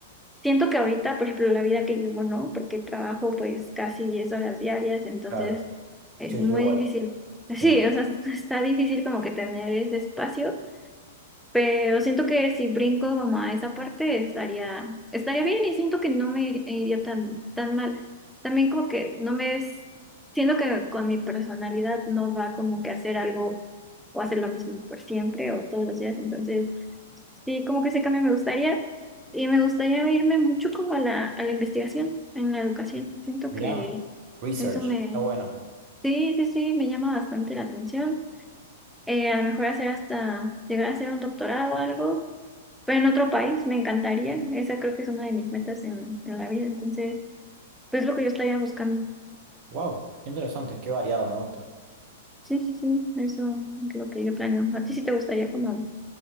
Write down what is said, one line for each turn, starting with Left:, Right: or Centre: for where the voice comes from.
Centre: Siento que ahorita, por ejemplo, la vida que llevo, no, porque trabajo pues casi 10 horas diarias, entonces
Right: claro.
Centre: es
Right: Sí,
Centre: muy
Right: yo igual.
Centre: difícil.
Right: Sí.
Centre: Sí, o sea, <laughs> está difícil como que tener ese espacio pero siento que si brinco como a esa parte estaría, estaría bien y siento que no me ir- iría tan, tan mal. También como que no me es, siento que con mi personalidad no va como que hacer algo o hacer lo mismo por siempre o todos los días. Entonces, sí, como que ese cambio me gustaría y me gustaría irme mucho como a la, a la investigación en la educación. Siento
Right: Mirá,
Centre: que
Right: research.
Centre: eso me,
Right: Está bueno.
Centre: sí, sí, sí, me llama bastante la atención. Eh, a lo mejor hacer hasta llegar a hacer un doctorado o algo pero en otro país me encantaría. Esa creo que es una de mis metas en, en la vida. Entonces, pues es lo que yo estaría buscando.
Right: Wow, qué interesante, qué variado, me gusta.
Centre: Sí, sí, sí, eso es lo que yo planeo. ¿A ti sí te gustaría como